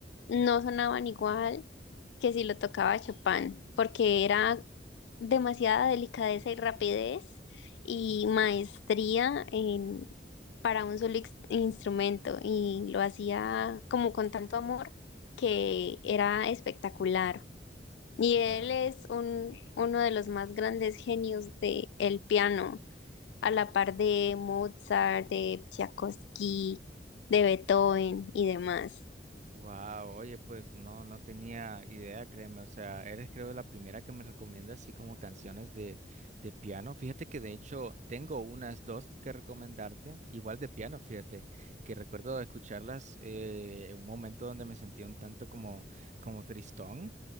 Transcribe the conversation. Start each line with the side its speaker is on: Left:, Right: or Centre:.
Left: no sonaban igual que si lo tocaba Chopin, porque era demasiada delicadeza y rapidez y maestría en, para un solo ex- instrumento y lo hacía como con tanto amor que era espectacular. Y
Right: Wow.
Left: él es un, uno de los más grandes genios de el piano, a la par de Mozart, de Tchaikovsky, de Beethoven y demás.
Right: Wow, oye, pues no, no tenía idea, créeme. O sea, eres creo la primera que me recomienda así como canciones de, de piano. Fíjate que de hecho tengo unas dos que recomendarte, igual de piano, fíjate, que recuerdo escucharlas eh, en un momento donde me sentía un tanto como, como tristón.